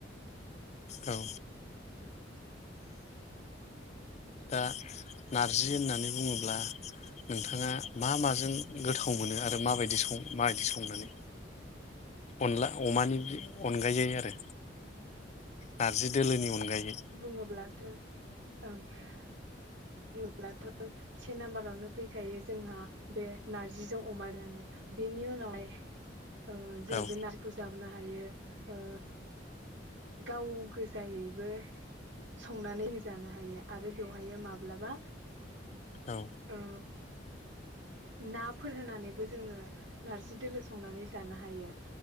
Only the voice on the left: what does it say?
औ
दा नारजि होननानै बुङोब्ला नोंथाङा मा माजों गोथाव मोनो आरो माबायदि सं माबायदि संनानै अनला अमानि अनगायै आरो नारजि दोलोनि अनगायै
औ
औ